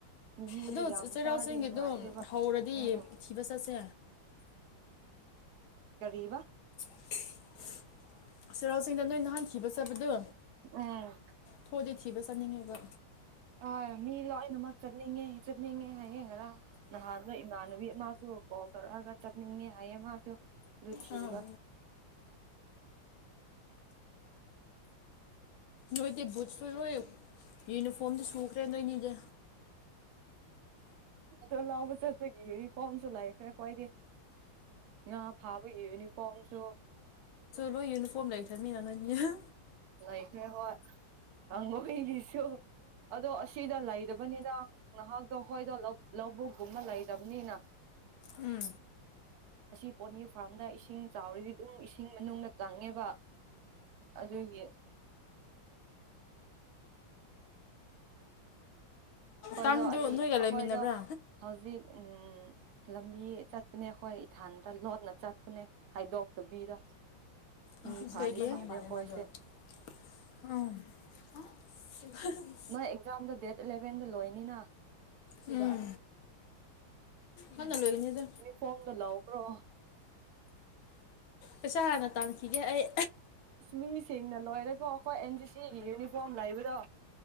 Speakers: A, on the right; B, on the left.
A: ꯃꯤꯃꯤꯗꯣ
B: ꯑꯗꯨ
A: ꯌꯥꯝ
B: ꯆꯩꯔꯥꯎ
A: ꯆꯥꯔꯗꯤ
B: ꯆꯤꯡꯒꯤꯗꯣ
A: ꯅꯨꯡꯉꯥꯏꯇꯦꯕ
B: ꯍꯧꯔꯗꯤ
A: ꯎꯝ ꯎꯝ
B: ꯊꯤꯕ ꯆꯠꯁꯦ
A: ꯀꯔꯤꯕ
B: <unintelligible> ꯆꯩꯔꯥꯎ ꯆꯤꯡꯗ ꯅꯣꯏ ꯅꯍꯥꯟ ꯊꯤꯕ ꯆꯠꯕꯗꯨ
A: ꯎꯝ
B: ꯊꯣꯏꯗꯤ ꯊꯤꯕ ꯆꯠꯅꯤꯡꯉꯦꯕ
A: ꯍꯣꯏ ꯃꯤ ꯂꯣꯏꯅꯃꯛ ꯆꯠꯅꯤꯡꯉꯦ ꯆꯠꯅꯤꯡꯉꯦ ꯍꯌꯦꯡ ꯈꯔ ꯅꯍꯥꯟꯗ ꯏꯃꯥꯟꯅꯕꯤ ꯑꯃꯁꯁꯨ ꯀꯣꯜ ꯇꯧꯔꯛꯑꯒ ꯆꯠꯅꯤꯡꯉꯦ ꯍꯥꯏꯌꯦ ꯃꯥꯁꯨ ꯑꯗꯨ ꯊꯤꯕ
B: ꯑꯝ ꯅꯣꯏꯗꯤ ꯕꯨꯠꯁꯨ ꯂꯣꯏ ꯌꯨꯅꯤꯐꯣꯔꯝꯗꯤ ꯁꯨꯈ꯭ꯔꯦ ꯅꯣꯏꯅꯤꯗꯤ
A: ꯑꯗꯣ ꯂꯥꯎꯕ ꯆꯠꯄꯒꯤ ꯌꯨꯅꯤꯐꯣꯔꯝꯁꯨ ꯂꯥꯛꯑꯦ ꯈꯔꯦ ꯈ꯭ꯋꯥꯏꯗꯤ ꯉ ꯐꯥꯕꯒꯤ ꯌꯨꯅꯤꯐꯣꯔꯝꯁꯨ
B: ꯂꯣꯢ ꯌꯨꯅꯤꯐꯣꯔꯃ ꯂꯩꯇꯔꯥꯃꯤꯅꯥ
A: ꯂꯥꯏꯈ꯭ꯔꯦ ꯍꯣꯏ ꯀꯥꯡꯕꯨꯒꯤꯁꯨ ꯑꯗꯣ ꯑꯁꯤꯗ ꯂꯩꯕꯅꯤꯅ ꯉꯍꯥꯛꯇꯣ ꯍꯣꯏꯗꯣ ꯂꯧꯕꯨꯛꯒꯨꯝꯕ ꯂꯩꯇꯕꯅꯤꯅ
B: ꯎꯝ
A: ꯑꯁꯤ ꯄꯣꯠꯅꯤ ꯐꯥꯔꯝꯗ ꯏꯁꯤꯡ ꯆꯥꯎꯔꯗꯤ ꯑꯗꯨꯝ ꯏꯁꯤꯡ ꯃꯅꯨꯡꯗ ꯆꯪꯉꯦꯕ ꯑꯗꯨꯒꯤ ꯑꯩꯈꯣꯏꯗꯣ
B: ꯇꯥꯡꯗꯣ
A: ꯑꯅꯤ
B: ꯅꯣꯏꯒ
A: ꯑꯩꯈꯣꯏꯗꯣ
B: ꯂꯩꯃꯤꯟꯅꯕ꯭ꯥ
A: ꯍꯧꯖꯤꯛ ꯎꯝ ꯂꯝꯕꯤ ꯆꯠꯄꯅꯦ ꯑꯩꯈꯣꯏ ꯏꯊꯥꯟꯇ ꯂꯣꯠꯅ ꯆꯠꯄꯅꯦ ꯍꯥꯏꯗꯣꯛꯇꯕꯤꯔ
B: ꯏꯟꯐꯨꯁꯤꯁꯨ
A: ꯃꯤ ꯐꯥꯗꯤ
B: ꯇꯝꯃꯤ
A: ꯐꯥꯗꯦ
B: ꯃꯥꯜꯂꯦ
A: ꯀꯣꯏꯁꯦ
B: ꯃꯥꯗꯣ <unintelligible>
A: ꯅꯣꯏ ꯑꯦꯛꯖꯥꯝꯗꯣ ꯗꯦꯠ ꯑꯦꯂꯚꯦꯟꯗ ꯂꯣꯏꯅꯤꯅ
B: ꯎꯝ ꯍꯥꯟꯅ ꯂꯣꯏꯒꯅꯤꯗ
A: ꯐꯣꯝꯗꯣ ꯂꯥꯎꯈ꯭ꯔꯣ
B: ꯄꯩꯁꯥ ꯍꯥꯟꯅ ꯇꯥꯟꯈꯤꯒꯦ ꯑꯩ
A: ꯃꯤꯁꯦꯡꯅ ꯂꯣꯏꯔꯦꯀꯣ ꯑꯩꯈꯣꯏ ꯑꯦꯟ ꯖꯤ ꯁꯤꯒꯤ ꯌꯨꯅꯤꯐꯣꯔꯝ ꯂꯩꯕꯗꯣ